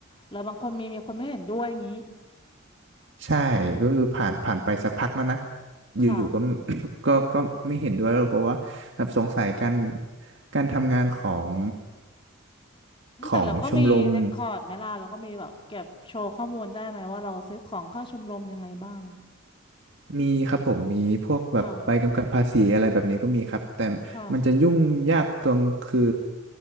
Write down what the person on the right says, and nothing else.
ใช่ก็คือผ่านผ่านไปสักพักแล้วนะอยู่ๆก็
<coughs> ก็ก็ไม่เห็นด้วยแล้วเพราะว่าแบบสงสัยการการทำงานของ
ของชมรมมีครับผมมีพวกแบบใบกำกับภาษีอะไรแบบนี้ก็มีครับแต่
มันจะยุ่งยากตรงคือ